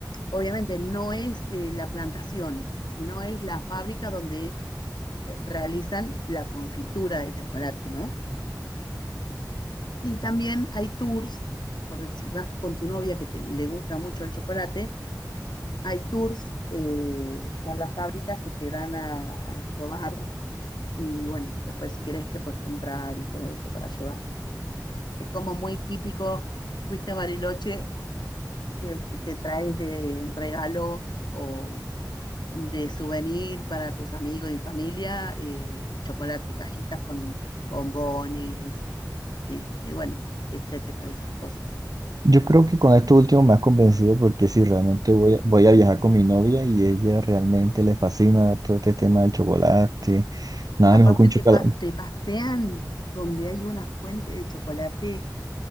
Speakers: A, on the left; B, on the right.
A: obviamente no es eh, la plantación, sino es la fábrica donde eh, realizan la confitura de chocolate, ¿no? Y también hay tours, por si vas con tu novia que te- le gusta mucho el chocolate, hay tours eh, por las fábricas que te dan a, a probar Y bueno, después si querés te puedes comprar y todo eso para llevar. Es como muy típico, fuiste a Bariloche, te, te traes de regalo o de souvenir para tus amigos y familia, eh, chocolate, cajitas con bombones, este, bueno, etcétera, de esas cosas.
B: Yo creo que con esto último me has convencido porque si realmente voy a, voy a viajar con mi novia y ella realmente le fascina todo este tema del chocolate, nada
A: Aparte
B: mejor que un chocola-
A: te, pa- te pasean donde hay una fuente de chocolate,